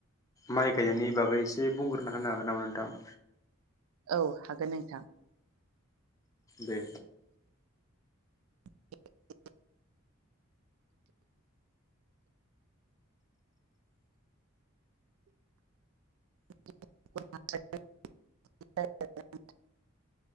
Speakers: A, on the left (about 15°); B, on the right (about 80°).
A: माइ गायनायनि बागै जे बुंग्रोना होनो हागोन नामा नोंथां?
B: औ हागोन नोंथां।
A: दे
B: <inaudible> <unintelligible>